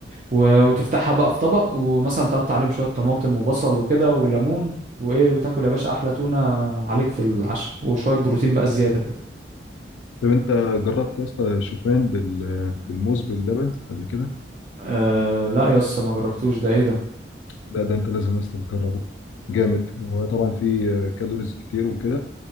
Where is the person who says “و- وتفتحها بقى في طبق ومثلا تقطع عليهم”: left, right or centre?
Right